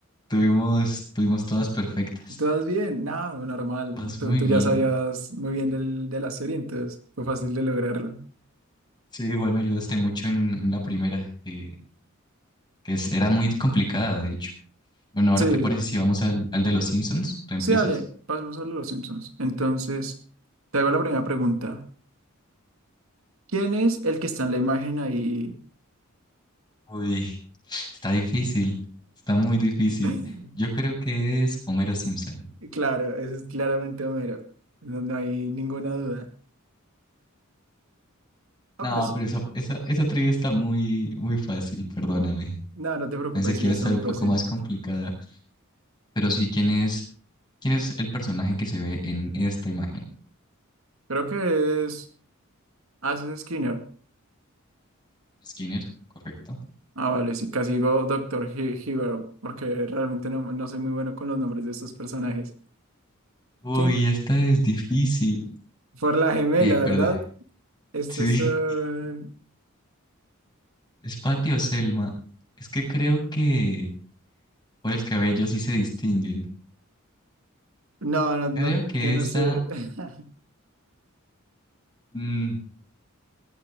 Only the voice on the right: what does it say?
¿Todas bien? No, normal.
Tú,
tú
ya sabías muy bien del, de la serie, entonces fue fácil de lograrlo.
Sí,
sí, dale, pasemos a los Simpsons. Entonces, te hago la primera pregunta. ¿Quién es el que está en la imagen ahí?
<laughs>
Y Claro, ese es claramente Homero. No, no hay ninguna duda. Ah,
pero es-
no, no te preocupes,
sí,
está
muy
fácil.
Creo que es. Ah, ese es Skinner.
Ah, vale, sí, casi digo Doctor He Hibbert, porque realmente no, no soy muy bueno con los nombres de estos personajes.
¿Quién?
Por la gemela,
¿verdad?
Estos
son.
No, no, no,
yo no
sé. <laughs>